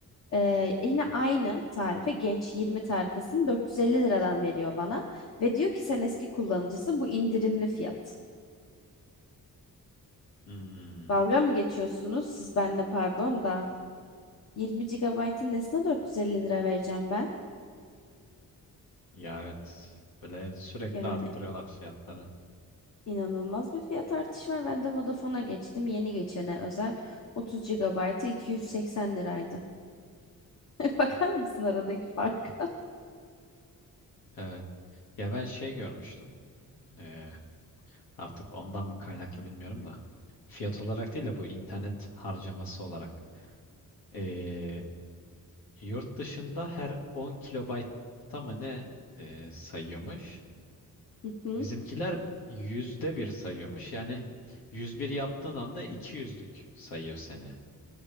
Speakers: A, on the left; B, on the left.
A: Ee,
B: Hı
A: yine
B: hı.
A: aynı tarife Genç 20 tarifesini 450 liradan veriyor bana. Ve diyor ki sen eski kullanıcısın bu indirimli fiyat.
B: Hmm.
A: Dalga mı geçiyorsunuz siz benimle pardon da. 20 gigabaytın nesine 450 lira vereceğim ben?
B: Ya evet. Böyle sürekli
A: Yani
B: arttırıyorlar fiyatları.
A: İnanılmaz bir fiyat artışı var. Ben de Vodafone'a geçtim. Yeni geçene özel 30 GB'ı 280 liraydı. <laughs> Bakar mısın aradaki farka?
B: Evet. Ya ben şey görmüştüm. Ee, artık ondan mı kaynaklı bilmiyorum da. Fiyat olarak değil de bu internet harcaması olarak. Ee, Yurt dışında her 10 kilobaytta mı ne e, sayıyormuş?
A: Hı hı.
B: Bizimkiler yüzde bir sayıyormuş. Yani 101 yaptığın anda iki yüzlük sayıyor seni.